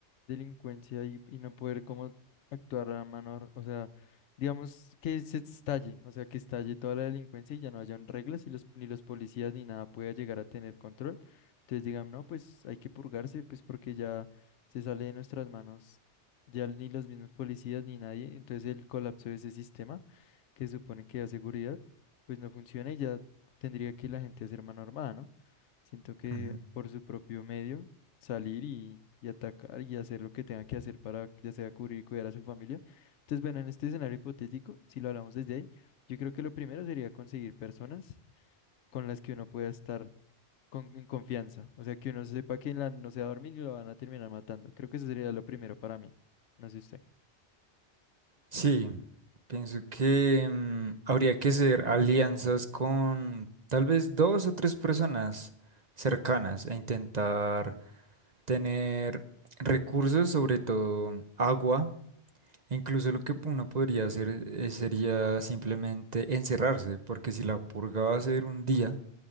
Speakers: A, on the left; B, on the right.
A: delincuencia y, y no poder como actuar a mano, ar- o sea, digamos que se estalle, o sea, que estalle toda la delincuencia y ya no hayan reglas y los, ni los policías ni nada pueda llegar a tener control. Entonces digan, no, pues hay que purgarse, pues porque ya se sale de nuestras manos, ya ni los mismos policías ni nadie, entonces el colapso de ese sistema que se supone que da seguridad, pues no funciona y ya tendría que la gente hacer mano armada, ¿no? Siento que
B: Ujú.
A: por su propio medio salir y, y atacar y hacer lo que tenga que hacer para ya sea cubrir y cuidar a su familia. Entonces, bueno, en este escenario hipotético, si lo hablamos desde ahí, yo creo que lo primero sería conseguir personas con las que uno pueda estar con, en confianza. O sea, que uno sepa que la- no se va a dormir y lo van a terminar matando. Creo que eso sería lo primero para mí. No sé usted.
B: Sí, pienso que mm, habría que hacer alianzas con tal vez dos o tres personas cercanas e intentar tener recursos, sobre todo agua Incluso lo que uno podría hacer eh, sería simplemente encerrarse, porque si la purga va a ser un día,